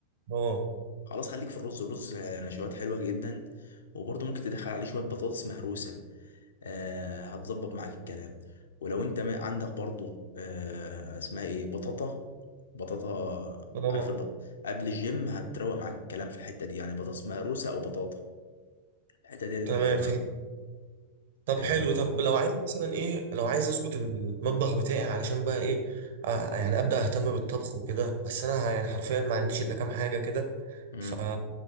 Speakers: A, on the right; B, on the left.
A: اه
B: خلاص خليك في الرز الرز آه، نشويات حلوة جدا وبرضه ممكن تدخل عليه شوية بطاطس مهروسة آه هتظبط معاك الكلام ولو انت م- عندك برضو آه اسمها ايه بطاطا بطاطا
A: اه
B: عارف البط... قبل الجيم هتروق معاك الكلام في الحتة دي يعني بطاطس مهروسة او بطاطا الحتة دي هتبقى
A: تمام
B: حلوة
A: فهمت
B: قوي
A: طب
B: آه.
A: حلو طب لو عايز مثلا ايه لو عايز اظبط المطبخ بتاعي علشان بقى ايه آه يعني ابدا اهتم بالطبخ وكده بس انا يعني حرفيا ما عنديش الا كام حاجه كده
B: مم.
A: ف